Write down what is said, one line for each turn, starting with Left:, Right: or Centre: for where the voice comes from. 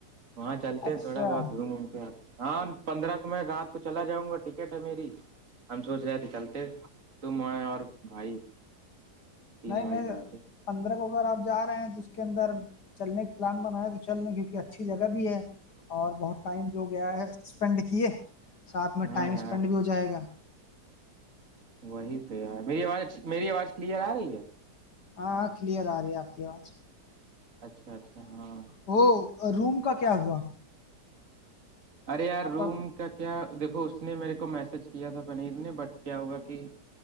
Right: وہاں چلتے
Left: اچھا
Right: ہیں تھوڑا بہت گھوم ووم کے آتے ہاں پندرہ میں رات کو چلا جاؤں گا ٹکٹ ہے میری ہم سوچ رہے تھے چلتے تو میں اور بھائی تین
Left: نہیں
Right: بھائی
Left: نہیں
Right: چلتے
Left: پندرہ کو اگر آپ جا رہے ہیں تو اس کے اندر چلنے کے پلان بنایا تو چلنے کیونکہ اچھی جگہ بھی ہے اور بہت ٹائم بھی ہو گیا ہے اسپینڈ کیے ساتھ میں
Right: ہاں
Left: ٹائم
Right: یار
Left: اسپینڈ بھی ہو جائے گا
Right: وہی تو یار میری آواز ا میری آواز کلیئر آ رہی ہے
Left: ہاں کلیئر آ رہی ہے آپ کی آواز
Right: اچھا اچھا ہاں
Left: ہو روم کا کیا ہوا
Right: ارے یار
Left: آپ
Right: روم کا کیا دیکھو اس نے میرے کو میسج کیا تھا پنیر نے بٹ کیا ہوا کہ